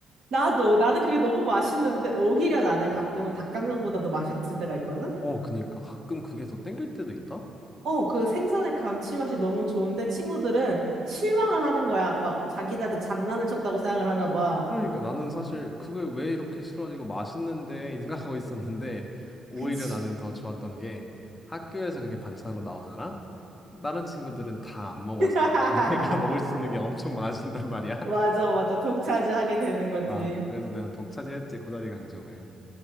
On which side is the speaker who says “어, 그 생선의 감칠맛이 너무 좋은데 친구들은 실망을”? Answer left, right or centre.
Right